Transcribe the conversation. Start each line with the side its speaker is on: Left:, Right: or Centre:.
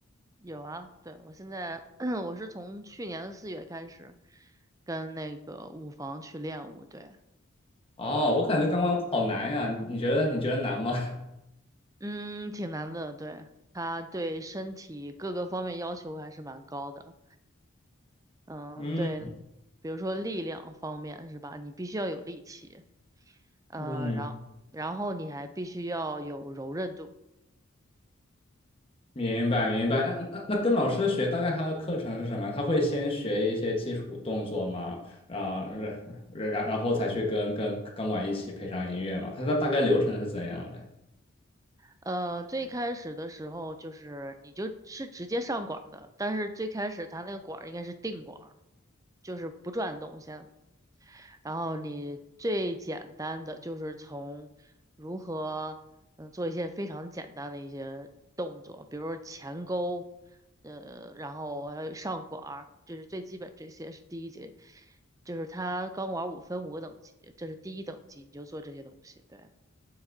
Right: 有啊，对，我现在 <clears throat> 我是从去年的四月开始跟那个舞房去练舞，对，
Left: 哦，我感觉钢管舞好难呀，你觉得你觉得难吗？<laughs>
Right: 嗯，挺难的，对，它对身体各个方面要求还是蛮高的，嗯，
Left: 嗯
Right: 对，比如说力量方面是吧，你必须要有力气，呃，
Left: 嗯，
Right: 然然后你还必须要有柔韧度。
Left: 明白明白。那那那跟老师学，大概他的课程是什么呀？他会先学一些基础动作吗？啊然然然然后才去跟跟钢管一起配上音乐吗？他的大概流程是怎样的呀？
Right: 呃，最开始的时候就是你就是直接上管儿的，但是最开始它那个管儿应该是定管儿，就是不转动先。然后你最简单的就是从如何嗯做一些非常简单的一些动作，比如说前勾，呃，然后还有上管儿，这是最基本这些是第一节，就是它钢管儿五分五个等级，这是第一等级，你就做这些东西，对。